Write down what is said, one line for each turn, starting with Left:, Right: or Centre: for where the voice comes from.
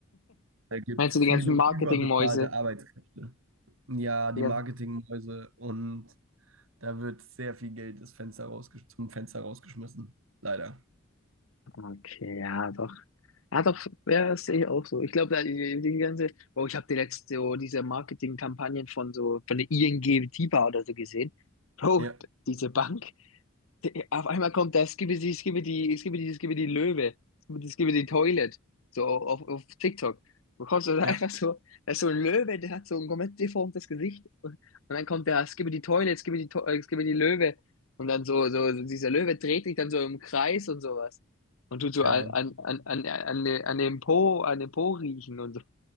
Right: Da gibt
Left: Meinst
Right: es
Left: du
Right: viele
Left: die ganzen Marketingmäuse?
Right: überbezahlte Arbeitskräfte. Ja, die
Left: Ja.
Right: Marketingmäuse und Da wird sehr viel Geld das Fenster rausgesch zum Fenster rausgeschmissen. Leider.
Left: Okay, ja, doch. Ja, doch, ja, das sehe ich auch so. Ich glaube, da die, die ganze, oh, ich habe die letzte, so diese Marketingkampagnen von so, von der ING Tiba oder so gesehen. Bro,
Right: Ja,
Left: diese Bank, Die- Auf einmal kommt das, gib es die, es gib die, es gib die, es gib die Löwe, es gib die Toilet, so auf, auf TikTok. Du kommst also einfach
Right: ja,
Left: so, da ist so ein Löwe, der hat so ein komplett deformtes Gesicht und, und dann kommt der, es gib die Toilet, es gib die, To- es gib die Löwe und dann so, so, so dieser Löwe dreht sich dann so im Kreis und sowas und tut so
Right: ja.
Left: an, an, an, an, an, den- an dem Po, an dem Po riechen und so.